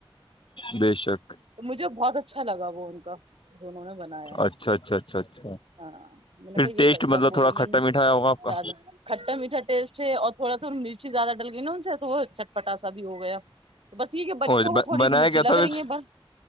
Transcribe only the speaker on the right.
تو مجھے بہت اچھا لگا وہ ان کا جو انہوں نے بنایا
ہاں میں نے
کہا
یہ صحیح ہے
اب بولوں
گی
امی
سے
زیادہ کھٹا میٹھا ٹیسٹ ہے اور تھوڑا تھوڑا مرچی زیادہ ڈل گئی نا ان سے تو وہ چٹ پٹاسا بھی ہو گیا تو بس یہ کہ بچوں
کو تھوڑی
سی مرچی
لگ
رہی ہیں بس